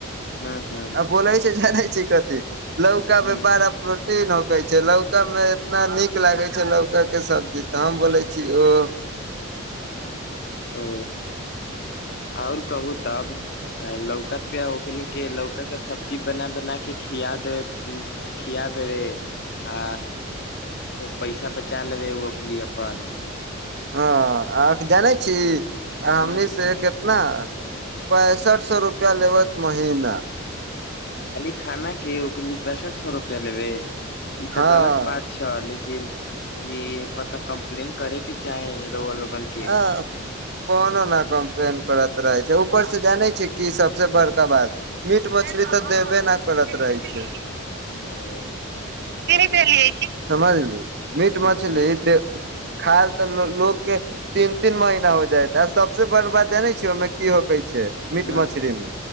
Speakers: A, on the left; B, on the right.
A: हँ हँ
B: आ बोलै ए जाने छी कथी लौका
A: हँ
B: मे बारा प्रो टीन होकै छै, लौका मे एतना नीक लागै छै, लौका के सब्जी तऽ हम बोलै छी ओ
A: ओ और कहु तब अ लौका पे ओकनी के लौका का सब्जी बना बना के खिया देबे, उम्म खिया देबे आ पैसा बचा लेबै ओके लिये अपन
B: हाँ, अहां के जानै छी। आ
A: हँ
B: हमनी से केत ना पैंसठ सौ रुपया लेबत महीना।
A: खाली खाना के ओकनी पैंसठ सौ रुपया लेबै। ई
B: हँ
A: ते गलत बात छा, ले किन, इहे प ते कम्प्लेन करे के चाही। रउआ लोगन के
B: अ कोनो ना कंप्लेन करत रहै छै, ऊपर से जानै छीयै कि सबसे बड़का बात मीट-मछली त देबे ना करत रहै छै।
A: हां।
B: समझली। मीट-मछली
A: हँ
B: दे खाएले ते लो लोक के तीन-तीन महीना हो जाएत, आ सबसे बड़ बात जानै छियै ओय मे की हो कै छै मीट,
A: हँ
B: मछरी मे